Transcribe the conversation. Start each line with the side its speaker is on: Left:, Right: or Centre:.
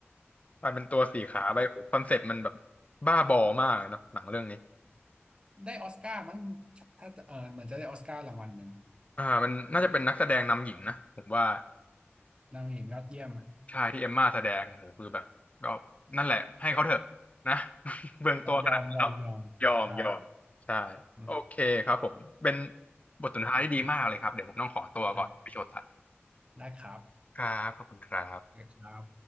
Left: กลายเป็นตัวสีขาไปโอ้คอนเซ็ปต์มันแบบบ้าบอมากเลยเนาะหนังเรื่องนี้
Right: ได้ออสการ์มั้งถ้าเออเหมือนจะได้ออสการ์รางวัลหนึ่ง
Left: อ่ามันน่าจะเป็นนักแสดงนำหญิงนะผมว่า
Right: นางเอกยอดเยี่ยม
Left: ใช่ที่เอมม่าแสดงโหคือแบบก็นั่นแหละให้เขาเถอะนะ <laughs> เบืองตัวขนาดนั้นแล้ว
Right: ยอมยอมยอมได้
Left: ยอมยอมใช่
Right: อืม
Left: โอเคครับผมเป็นบทสนทนาที่ดีมากเลยครับเดี๋ยวผมต้องขอตัวก่อนไปโชว์สัตว์
Right: ได้ได้ครับ
Left: ครับขอบคุณครับ
Right: ได้ครับ